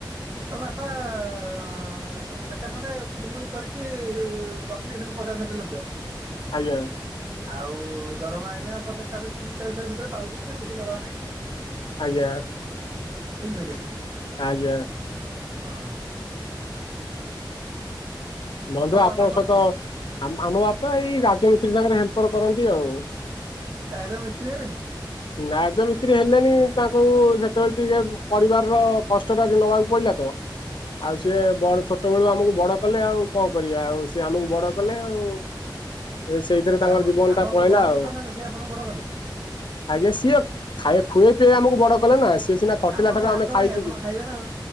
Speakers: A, on the right (about 35°); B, on the left (about 75°).
A: ତୋ ବାପା ଅଁ ଅ। ମେଞ୍ଚେ ଖଣ୍ଡେ ଉପୁରି ଫୁପୁରି କରିକି ରଖି ଦେଇଛନ୍ତି ପଚାଶ ଷାଠିଏ ଲକ୍ଷ।
B: ଆଜ୍ଞା।
A: ଆଉ ଦରମା ଏଇନା ପଚାଶ, ଚାଳିଶ, ତିରିଶ, ଚାଳିଶ ହଜାର ଭିତରେ ପାଉଛନ୍ତି ଆଉ ବେଶୀ ଦରମା ନାହିଁ।
B: ଆଜ୍ଞା।
A: ବୁଝିପାଇଲେ।
B: ଆଜ୍ଞା।
A: ହଁ।
B: ବନ୍ଧୁ ଆପଣଙ୍କ
A: ବାପା କଣ
B: ସହିତ
A: କରନ୍ତି?
B: ଆ ଆମ ବାପା ଏଇ ରାଜମିସ୍ତ୍ରୀ ସାଙ୍ଗରେ ହେଲ୍ପର କରନ୍ତି ଆଉ।
A: ରାଜ ମିସ୍ତ୍ରୀ ହେଲେନି।
B: ରାଜମିସ୍ତ୍ରୀ ହେଲେନି ତାଙ୍କୁ ସେତେବେଳେ ଟିକେ ପରିବାର ର। କଷ୍ଟଟା ନବାକୁ ପଡିଲା ତ ଆଉ ସିଏ ବଡ ଛୋଟ ବେଳୁ ଆମକୁ ବଡ କଲେ ଆଉ। କଁ କରିବା ଆଉ ସିଏ ଆମକୁ ବଡ କଲେ ଆଉ। ଏ ସେଇଥିରେ
A: ଆଚ୍ଛା
B: ତାଙ୍କର
A: ଆପଣ
B: ଜୀବନ
A: ଆପଣଙ୍କ
B: ଟା ପଳେଇଲା
A: ବଡ
B: ଆଉ।
A: ହେଇପାରିଲାନି ସେ ଆପଣଙ୍କୁ ବଡ କଲେ।
B: ଆଜ୍ଞା ସିଏ ଖାଏ ଖୁଏଇ ପିଏଇ ଆମକୁ ବଡ କଲେ ନା ସି ସିଏ ସିନା ଖଟିଲା
A: ଆପଣଙ୍କ
B: ଠାରୁ ଆମେ
A: ହାତ
B: ଖାଇ
A: ନାହିଁ
B: ପି
A: ଆପଣ
B: କି
A: ଖାଇବେ ନା ଆଉ